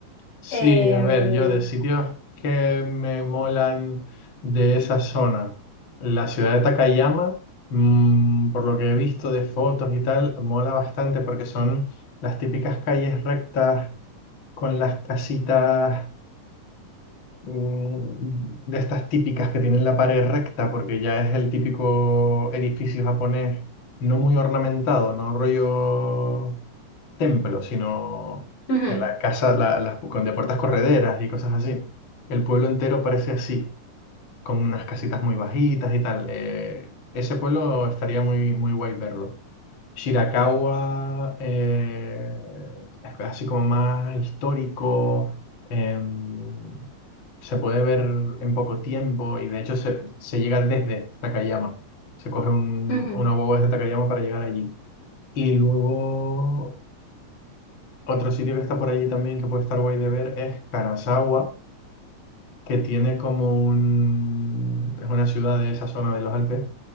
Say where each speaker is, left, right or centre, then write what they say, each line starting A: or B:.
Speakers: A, on the left; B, on the left.
A: Sí,
B: em,
A: a ver, yo de sitios que me molan de esa zona, la ciudad de Takayama, mm, por lo que he visto de fotos y tal, mola bastante porque son las típicas calles rectas con las casitas mm, de estas típicas que tienen la pared recta, porque ya es el típico edificio japonés, no muy ornamentado, no rollo templo, sino
B: ujú,
A: que la casa, la- las con de puertas correderas y cosas así. El pueblo entero parece así, con unas casitas muy bajitas y tal. Eh, ese pueblo estaría muy, muy guay verlo. Shirakawa, eh, así como más histórico, em, se puede ver en poco tiempo y de hecho se, se llega desde Takayama. Se coge un,
B: ujú,
A: una guagua desde Takayama para llegar allí. Y luego otro sitio que está por allí también que puede estar guay de ver es Kanazawa, que tiene como un... es una ciudad de esa zona de los Alpes